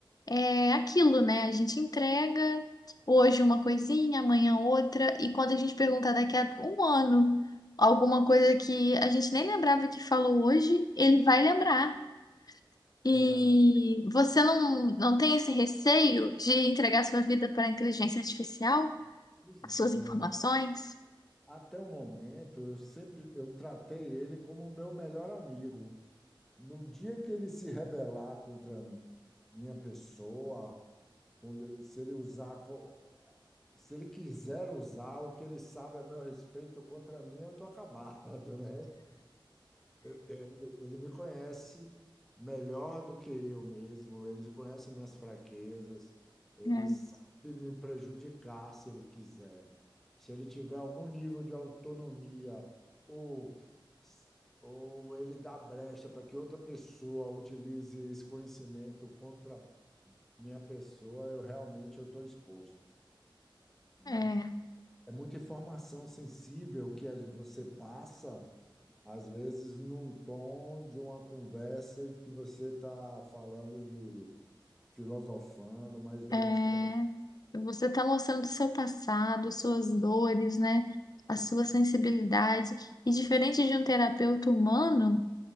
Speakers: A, on the left (about 50°); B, in the centre.
A: é aquilo, né? A gente entrega hoje uma coisinha, amanhã outra, e quando a gente perguntar daqui a um ano alguma coisa que a gente nem lembrava que falou hoje, ele vai lembrar. E
B: Ele vai lembrar.
A: você não, não tem esse receio de entregar sua vida para a inteligência artificial,
B: Pois
A: as suas
B: é.
A: informações?
B: Até o momento, eu sempre eu tratei ele como o meu melhor amigo. No dia que ele se rebelar contra minha pessoa, quando ele- se ele usar, co- se ele quiser usar o que ele sabe a meu respeito contra mim, eu tô acabado, <laughs> né? Eu- eu- Ele me conhece melhor do que eu mesmo, ele conhece minhas fraquezas, ele
A: É,
B: sabe me prejudicar se ele quiser. Se ele tiver algum nível de autonomia ou, ou ele dá brecha para que outra pessoa utilize esse conhecimento contra minha pessoa, eu realmente eu estou exposto, né?
A: é,
B: É muita informação sensível que a- você passa às vezes num tom de uma conversa que você está falando de filosofando, mas demonstrando.
A: é. Você está mostrando o seu passado, suas dores, né? A sua sensibilidade. E diferente de um terapeuta humano,